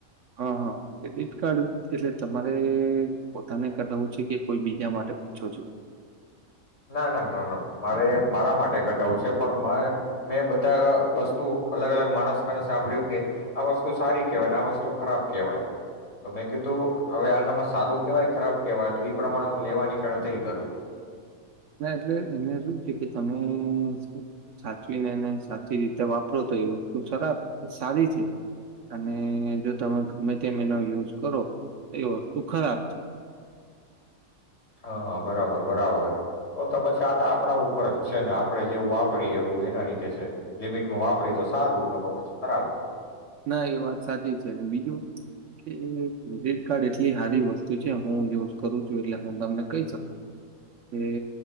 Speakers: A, on the right (about 65°); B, on the left (about 55°).
A: હા હા, ક્રેડિટ કાર્ડ એટલે તમારે પોતાને કરઢાવું છે કે કોઈ બીજા માટે પૂછો છો?
B: ના ના ના ના, મારે મારા માટે ઘટાવું છે પણ મેં બધા વસ્તુ અલગ અલગ માણસને સાંભળ્યું કે આ વસ્તુ સારી કેહેવાયને, આ વસ્તુ ખરાબ કેહેવાય, તો મેં કીધું હવે આનામાં સારું કેહેવાય, ખરાબ કેહેવાય તો એ પ્રમાણે હું લેવાની ગણતરી કરું.
A: ના એટલે એને શું છે કે તમે સા સાચવીને અને સાચી રીતે વાપરો તો એ વસ્તુ ખરાબ સારી છે, અને જો તમે ગમે તેમ એનો યુઝ કરો તો એ વસ્તુ ખરાબ છે.
B: હા હા બરાબર બરાબર, તો તો પછી આ તો આપણા ઉપર જ છે ને આપડે જેવું વાપરીએ એવું એના રીતે છે, લિમિટમાં વાપ રી તો સારું, ન કો પછી ખરાબ.
A: ના એ વાત સાચી છે અને બીજું, કે ક્રેડિટ કાર્ડ એટલી સારી વસ્તુ છે હું યુઝ કરું છું એટલે હું તમને કહી શકું, કે